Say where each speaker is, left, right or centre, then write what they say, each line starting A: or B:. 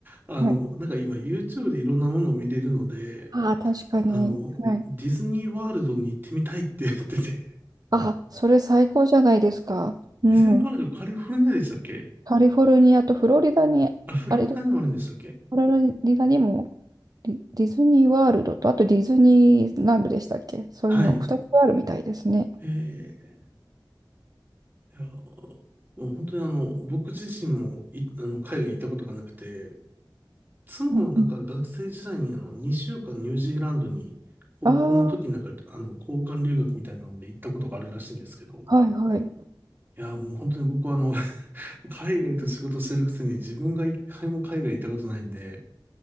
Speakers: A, on the right (about 25°); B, on the right (about 50°).
A: あの、
B: はい。
A: なんか今 YouTube でいろんなものを見れるので、
B: ああ、確かに。
A: あの、
B: はい。
A: ディズニーワールドに行ってみたいって言ってて、<laughs>
B: あ、それ最高じゃないですか。うん。
A: ディズニーワールドカリフォルニアでしたっけ
B: カリフォルニアとフロリダに、
A: あ、フロリダにもあるんでしたっけ
B: あれ、どフロリダにもディディズニーワールドと、あとディズニーランドでしたっけそういうの2つあるみたいですね。
A: はい。えー、いやもう本当にあの、僕自身もい、あの、海外行ったことがなくて、妻はなんか学生時代にあの2週間ニュージーランドに高校の時になんかあの交換留学みたいなので行ったことがあるらしいんですけど、
B: うんうん、ああ、はいはい。
A: いやーもう本当に僕はあの <laughs> 海外と仕事してるくせに自分が一回も海外行ったことないんで、